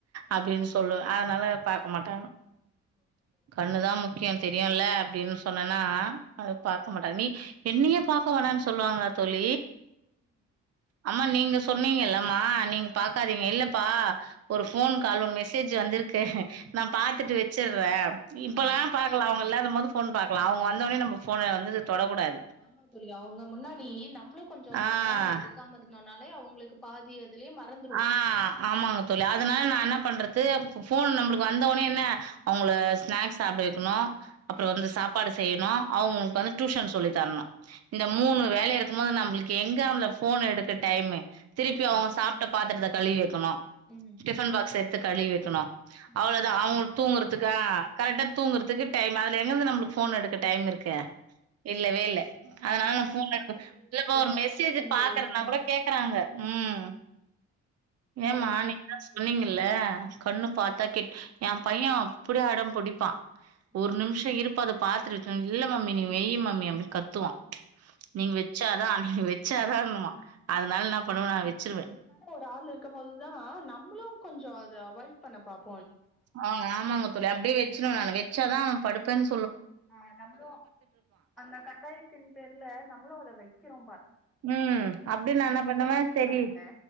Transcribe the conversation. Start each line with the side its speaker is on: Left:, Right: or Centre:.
Centre: ம்
Right: அப்டின்னு சொல்லுவ அதனால பாக்க மாட்டாங்க
Centre: ஓகே தோழி.
Right: கண்ணு தான் முக்கியம் தெரியுல்ல அப்டின்னு சொன்னேன்னா அது
Centre: ம்
Right: பாக்க மாட்ட நீ என்னய பாக்க வேனனு சொல்லுவாங்களா தோழி
Centre: ம்
Right: அம்மா நீங்க சொன்னீங்கல்லம்மா நீங்க பாக்காதீங்க இல்லப்பா ஒரு போன் கால் ஒன் மெசேஜ் வந்திருக்கு நான்
Centre: ஆ
Right: பாத்துட்டு வச்சறேன்
Centre: ஆ.
Right: போது போன் பார்கலாம் அவங்க வந்தவனே நம் போன வந்து தொடக்கூடாது.
Centre: ஆமா தோழி அவங்க முன்னாடி நம் நம்ளும் கொஞ்சம் அந்த
Right: ஆ.
Centre: போனை எடுக்காம இருந்தாலும் நாலே அவங்களுக்கு பாதி அதுலயே மறந்துருவோ
Right: ஆஹ் ஆமாங்க தோழி அதனால நான் னா பண்றது போன் நம்மளுக்கு வந்த உடனே என்ன அவங்கள ஸ்நாக்ஸ் சாப்பிட வெக்கணும் அப்புறம்
Centre: ம்
Right: வந்து சாப்பாடு செய்யணும் அவங்களுக்கு
Centre: ம்
Right: வந்து டியூஷன் சொல்லி தரணும் இந்த
Centre: ஆமாமா
Right: மூணு வேலை இருக்கு இருக்கும் போது நம்மளுக்கு எங்க அந்த போன் எடுக்க டைமு திருப்பி
Centre: ஆமாங்
Right: அவங்க சாப்பி பாத்திரத்தை கழுவி வெக்கணும்
Centre: ம்
Right: டிபன் பாக்ஸ் எத்து கழுவி வெக்கணும்
Centre: நைட்டுக்கு
Right: அவ்வளோதான் அவங்க
Centre: சமைக்கணு
Right: தூங்குறதுக்க கரெக்டா தூங்குறதுக்கு டைம்அதுல எங்கந்தும்மளுக்கு போன் எடுக்கு டைம் இருக்கு இல்லவே இல்ல அதனால ந போன்
Centre: தூங்க
Right: எல்லப்பா
Centre: போற
Right: ஒரு
Centre: நேரத்துல
Right: மெசேஜ்
Centre: கொஞ்சோ
Right: பாக்குறனா
Centre: எடுப்போ
Right: கூட கேக்குறாங்க உம்
Centre: ம்
Right: ஏமா
Centre: கரெக்ட் தா
Right: நீதான் சொன்னீங்கல்ல கண்ணு பாத்தா கேட் என் பையன் அப்டியே அடோம் புடிப்பான் ஒரு
Centre: ம்
Right: நிம்ஷோ இருப்பா இதப் பாத்துட்டு வைக்கனு இல்ல மம்மி நீ வெய்யீ மம்மி அப்டினு கத்துவான் நீ வெச்சாதான் நீ வெச்சாதானுவான் அதனால
Centre: இல்ல
Right: ன்னா
Centre: கரெக்ட்
Right: பண்ணுவ நா
Centre: தா
Right: வெச்சுருவே
Centre: ஒரு ஆள் இருக்கம்போதுதான் நம்ளு கொஞ்சோ அது அவாய்ட் பண்ண பாப்
Right: ஆஹ் ஆமாங்க தோழி அப்டியே வெச்சிருவன் நானு வே வச்சாதா அவன் படுப்பன்
Centre: ஆஹ் நம்ளும் அந்த கட்டாயத்தின் பேர்ல நம்ளும் அத வெக்கிறோ
Right: ம் அப்டி நா என்ன பண்ணுவன்
Centre: விஷயோ
Right: செரி
Centre: தானுங்களே